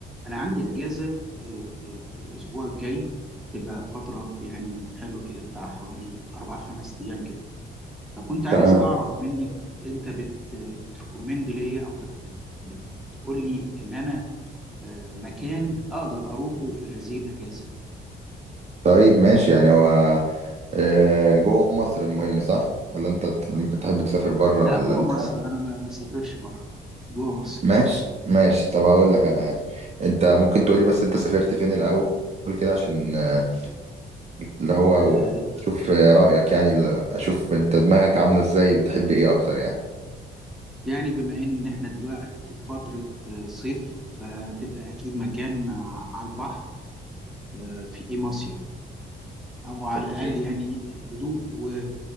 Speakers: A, in the centre; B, on the right.
A: انا عندي اجازه آه، آه، الاسبوع الجاي تبقى فتره يعني حلوه كده بتاع حوالي اربع خمس ايام كده فكنت عايز
B: تمام
A: اعرف منك انت بت بتركومند ليا او بت بت بتقول لي ان انا آه، مكان اقدر اروحه في هذه الاجازه
B: طيب ماشي يعني هو آه، جوه مصر المهم صح ولا انت ممكن تحب تسافر بره
A: لا
B: ولا
A: جوه
B: انت
A: مصر انا ما بسافرش بره جوه مصر
B: ماشي ماشي طب هقول لك انا يعني انت ممكن تقولي بس انت سافرت فين الاول كده عشان آه، اللي هو
A: آه،
B: شوف رأيك يعني ال- اشوف انت دماغك عاملة ازاي بتحب ايه اكتر يعني
A: يعني بما ان احنا دلوقتي في فتره آه، صيف فتبقى اكيد مكان ع- على البحر آه، في مصيف او على
B: اوكي
A: الاقل يعني آه، هدوء و-